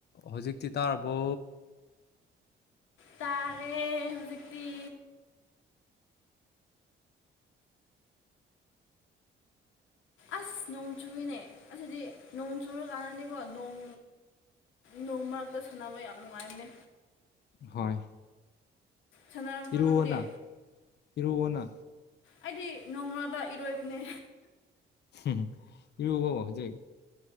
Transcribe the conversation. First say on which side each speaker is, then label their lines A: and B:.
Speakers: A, on the left; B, on the left.
A: ꯍꯧꯖꯤꯛꯇꯤ ꯇꯥꯔꯕꯣ
B: ꯇꯥꯔꯦ ꯍꯧꯖꯤꯛꯇꯤ ꯑꯁ ꯅꯣꯡ ꯆꯨꯋꯤꯅꯦ ꯑꯁꯤꯗꯤ ꯅꯣꯡ ꯆꯨꯔꯥ ꯀꯥꯟꯗꯗꯤꯀꯣ ꯅꯣꯡ ꯅꯣꯡ ꯃꯔꯛꯇ ꯁꯥꯟꯅꯕ ꯌꯥꯝ ꯅꯨꯡꯉꯥꯏꯕꯅꯦ
A: ꯍꯣꯏ
B: ꯁꯥꯟꯅꯔꯛꯇ꯭ꯔꯣ
A: ꯏꯔꯨꯑꯣꯅ
B: ꯅꯪꯗꯤ
A: ꯏꯔꯨꯑꯣꯅ
B: ꯑꯩꯗꯤ ꯅꯣꯡ ꯃꯔꯛꯇ ꯏꯔꯣꯏꯕꯅꯦ
A: ꯍꯨꯝ ꯍꯨꯝ ꯏꯔꯨꯋꯣ ꯍꯧꯖꯤꯛ